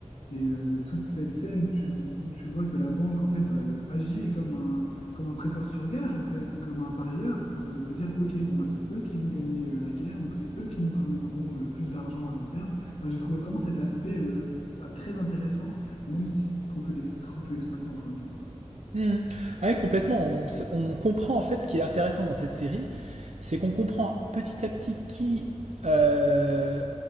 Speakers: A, on the left; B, on the right.
A: Et euh, toute cette scène où tu, où tu vois que la banque, en fait, bah, agit comme un, comme un prêteur sur gage, en fait, ou comme un parieur, pour euh, se dire, OK, bon, bah, c'est eux qui vont gagner euh, la guerre, donc c'est eux qui nous ramèneront euh, le plus d'argent à long terme. Enfin, j'ai trouvé vraiment cet aspect euh, bah, très intéressant, même si trop peu, d'ex- trop peu exploité, encore une fois. quoi.
B: Mmh. Ah oui, complètement. On, s- on comprend en fait ce qui est intéressant dans cette série, c'est qu'on comprend petit à petit qui, euh,